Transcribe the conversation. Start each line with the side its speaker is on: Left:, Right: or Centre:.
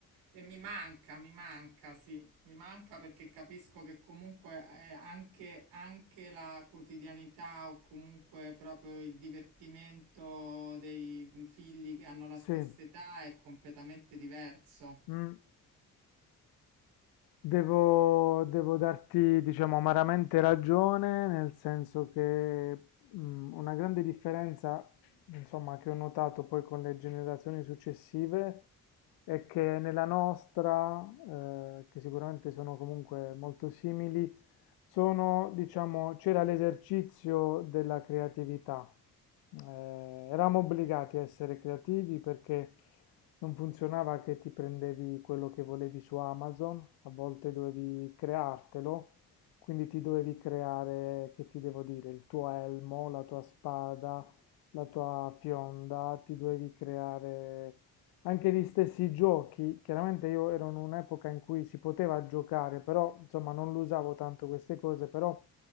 Right: E mi manca, mi manca, sì, mi manca perché capisco che comunque eh, anche, anche la quotidianità o comunque proprio il divertimento dei figli che hanno la
Left: sì.
Right: stessa età è completamente diverso.
Left: mm. Devo, devo darti, diciamo, amaramente ragione, nel senso che mm, una grande differenza, insomma, che ho notato poi con le generazioni successive e che nella nostra, eh, che sicuramente sono comunque molto simili, sono, diciamo, c'era l'esercizio della creatività. Eh, eravamo obbligati a essere creativi perché non funzionava che ti prendevi quello che volevi su Amazon, a volte dovevi creartelo, quindi ti dovevi creare, che ti devo dire, il tuo elmo, la tua spada, la tua fionda, ti dovevi creare anche gli stessi giochi, chiaramente io ero in un'epoca in cui si poteva giocare, però insomma non lo usavo tanto queste cose, però